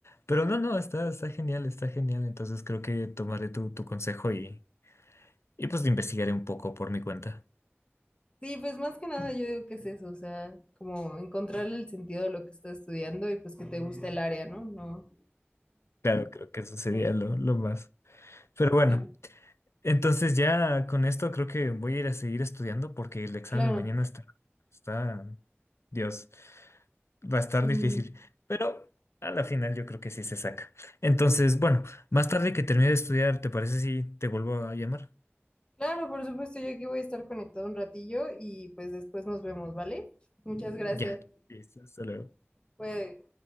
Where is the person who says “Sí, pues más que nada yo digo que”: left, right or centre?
Left